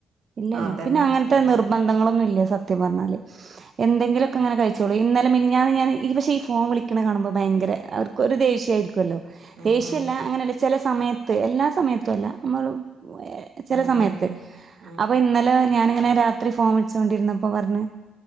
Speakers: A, on the right; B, on the right.
A: ഇല്ല
B: ആ
A: ഇല്ല
B: അതന്നെ
A: പിന്നെഅങ്ങനത്തെ
B: ആ
A: നിർബന്ധങ്ങളൊന്നുംല്ല. സത്യം പറഞ്ഞാല് എന്തെങ്കിലും അങ്ങനെ അയച്ചോളിൻ. ഇന്നലെ മിനിഞ്ഞാന്ന് ഞാൻ ഈ ഫോൺ വിളിക്കുന്നതു കാണുമ്പൾ ഭയങ്കര അവർക്കൊരു ദേഷ്യംആയിരിക്കുമല്ലോ.
B: ഉം
A: ദേഷ്യല്ല
B: ഉം ഉം
A: അങ്ങനെയുള്ള ചില സമയത്ത്. എല്ലാ സമയത്തും അല്ല. നമ്മള് ചില
B: ഉം
A: സമയത്ത്.
B: ഉം ഉം ഉം
A: അപ്പൊ ഇന്നലെ ഞൻ ഇങ്ങനെ രാത്രി ഫോൺ വിളിച്ചൊണ്ടിരുന്നപ്പോ പറഞ്ഞു